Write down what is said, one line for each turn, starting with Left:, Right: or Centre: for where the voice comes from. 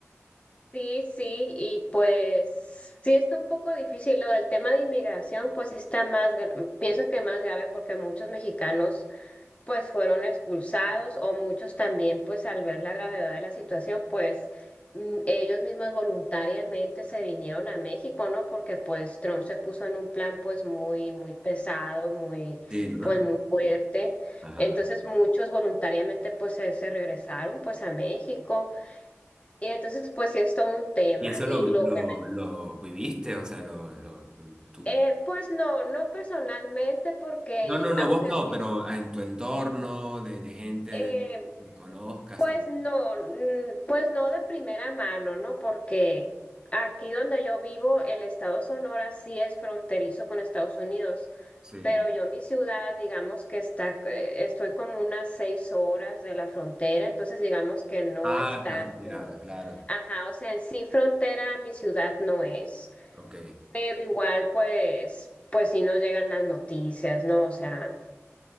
Left: sí, sí, y pues sí está un poco difícil lo del tema de inmigración, pues sí está más, gra- pienso que más grave porque muchos mexicanos pues fueron expulsados o muchos también, pues al ver la gravedad de la situación, pues mm, ellos mismos voluntariamente se vinieron a México, ¿no? Porque pues Trump se puso en un plan pues muy, muy pesado, muy,
Right: Sí, ¿no?
Left: pues muy fuerte.
Right: Ajá.
Left: Entonces muchos voluntariamente pues se, se regresaron pues a México. Y entonces pues sí es todo un tema.
Right: Y eso
Left: Y
Right: lo, vi-
Left: lo
Right: lo,
Left: que,
Right: lo viviste, o sea, lo, lo, tú.
Left: eh, pues no, no personalmente porque
Right: No, no, no,
Left: aunque...
Right: vos no, pero en tu entorno, de, de gente
Left: eh,
Right: que conozcas,
Left: Pues
Right: algo.
Left: no, mm, pues no de primera mano, ¿no? Porque aquí donde yo vivo, el estado Sonora sí es fronterizo con Estados Unidos,
Right: Sí.
Left: pero yo mi ciudad, digamos que está, eh, estoy como unas seis horas de la frontera, entonces digamos que no
Right: Ah,
Left: es
Right: está
Left: tanto.
Right: retirada, claro.
Left: Ajá, o sea, en sí frontera mi ciudad no es,
Right: Ok.
Left: pero igual pues, pues sí nos llegan las noticias, ¿no? O sea.